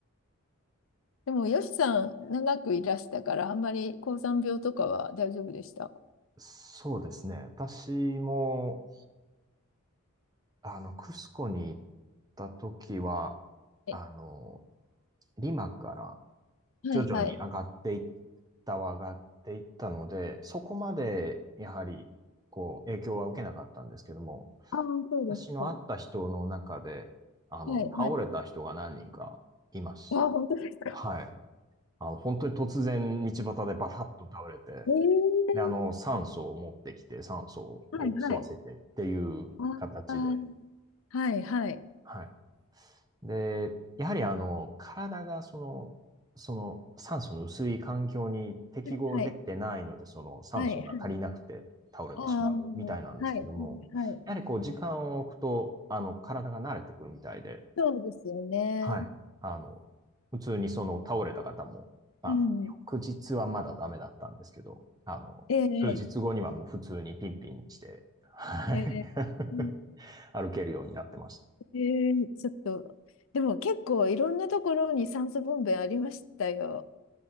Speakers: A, on the left; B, on the right.
A: でも、よしさん、長くいらしたから、あんまり高山病とかは大丈夫でした。
B: そうですね。私も、あの、クスコに行った時は、
A: はい
B: あの、リマから
A: はい。
B: 徐々に上がっていっ
A: はい、
B: たは上がっていったので、そこまでやはり、こう、影響は受けなかったんですけども、
A: ああ、そうですか。
B: 私の会った人の中で、
A: は
B: あの、
A: い。
B: 倒れた人が何人かいまし
A: はいあ、本当ですか。
B: た。はい。あの、本当に突然道端でバタッと倒れて、
A: えー、えー
B: で、あの、酸素を持ってきて、酸素をこう吸わせてっていう形で、
A: はい、はい。ああー、はい、はい。
B: はい。で、やはりあの、体がその、その酸素の薄い環境に適合できてないので、
A: はい、はい、
B: その酸素が足りなくて倒れてしまうみたいなんですけども、
A: はい。はいああはい、はい、はい。
B: やはりこう時間を置くと、あの、体が慣れてくるみたいで、
A: そうですよね。
B: はい。あの、普通にその倒れた方も、あの、
A: うん。
B: 翌日はまだダメだったんですけど、あの、
A: ええ、
B: 数日後にはもう普通にピンピンして、はい。
A: ええ、うん
B: <laughs> 歩けるようになってました。
A: ええ、ちょっと、でも結構いろんなところに酸素ボンベありましたよ。